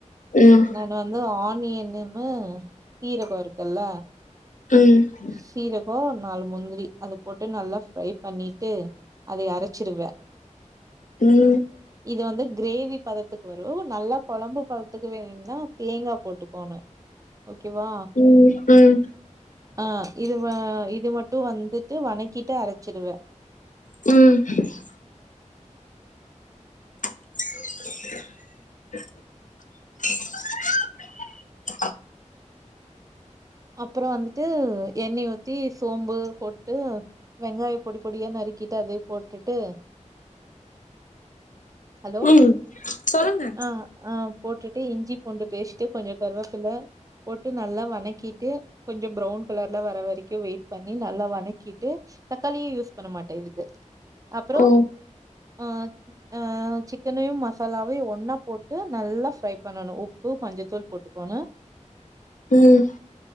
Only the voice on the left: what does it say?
ம்
ம்
ம்
ம் ம்
ம் <inaudible> <inaudible>
ம் சொல்லுங்க
ஓ
ம்